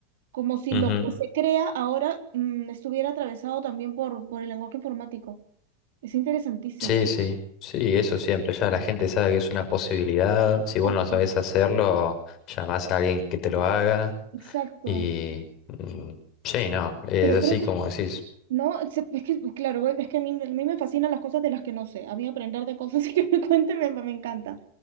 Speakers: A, on the right; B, on the left.
A: Como si
B: ujú.
A: lo que se crea ahora mm, estuviera atravesado también por, por el lenguaje informático. Es interesantísimo.
B: Sí, sí, sí, eso siempre, ya la gente sabe que es una posibilidad,
A: Exacto.
B: si vos no sabés hacerlo, llamás a alguien que te lo haga.
A: exacto.
B: Y mm, sí, no, es
A: Pero
B: así
A: creo que,
B: como decís.
A: no, es es que, claro, voy- es que a mí, me a mí me fascinan las cosas de las que no sé. A mí aprender de cosas <laughs> que me cuenten me, me encanta.